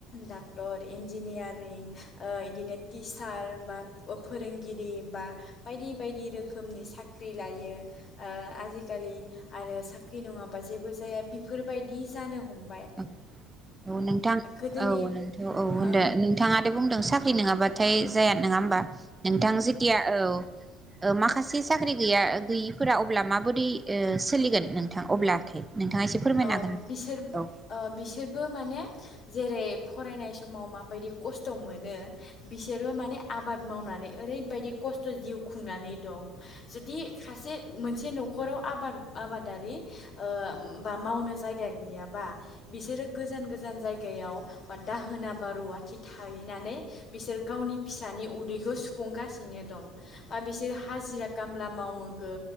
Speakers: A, on the left; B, on the right.
A: डाक्टर इन्जिनियारिं ओ इदिनो टिचार बा ओ फोरोंगिरि बा बायदि बायदि रोखोमनि साख्रि लायो ओ आजिखालि आरो साख्रि नङाबा जेबो जाया बिफोरबायदि जानो हम
B: औ औ नोंथां
A: गोदोनि
B: औ नोंथ' औ होनदो
A: ओ,
B: नोंथाङाथ बुंदों सा ख्रि नोङाबाथाय जाया नोङा होमबा? नोंथां जेथिया औ ओ माखासे साख्रि गैया गैयिफोरा अब्ला माबोरै ओ सोलिगोन नोंथां अब्लाथाय? नोंथाङा एसे फोरमायनो
A: ओ
B: हागोन।
A: बिसोर ओ
B: औ
A: बिसोरबो माने जेरै फरायनाय स समाव माबायदि खस्थ' मोनो। बिसोरो माने आब बाद मावनानै ओरैबायदि खस्थ' जिउ खुंनानै दं। जुदि खायसे मोनसे न'खराव आबाद आबादारि ओ आ मावनो जाय गा गैयाबा बिसोरो गोजान गोजान जायगायाव बा दाहोना बा रुवाथि थाहैनानै बिसोर गावनि फिसानि उदैखौ सुफुंगासिनो दं बा बिसोर हाजिरा खामला मावगो।